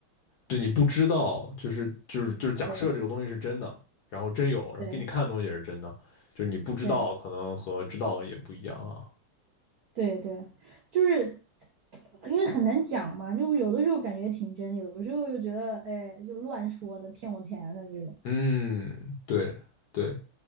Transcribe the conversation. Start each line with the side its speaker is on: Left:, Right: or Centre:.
Left: 对你不知道，就是就是就是假设这个东西是真的，
Right: 对
Left: 然后真有，然后给你看的东西也是真的，
Right: 对
Left: 就是你不知道，
Right: 对
Left: 可能和知道了也不一样啊。
Right: 对对，就是因为很难讲嘛，就有的时候感觉挺真，有的时候又觉得哎，就乱说的，骗我钱的这种。
Left: 嗯，对对，